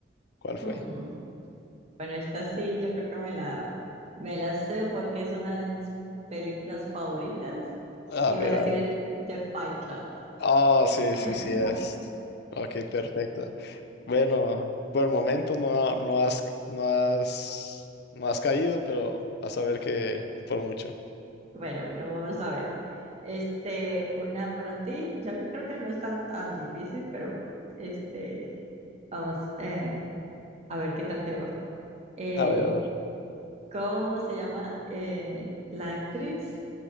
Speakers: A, on the left (about 60°); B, on the right (about 35°).
A: ¿Cuál fue?
B: Hmm, Bueno, esta sí, yo creo que me la, me la sé porque es una de mis películas favoritas
A: A
B: Iba
A: ver,
B: a decir
A: a ver.
B: The Fight Club.
A: Ah, sí,
B: <laughs>
A: sí, sí es. Ok, perfecto. Bueno, por el momento no, no has, no has, no has caído, pero vas a ver que no por mucho.
B: Bueno, bueno, vamos a ver. Este, una para ti. Yo creo que no es tan, tan difícil, pero este, vamos eh, a ver qué tal te va. Eh,
A: A ver, a ver.
B: ¿cómo se llama eh, la actriz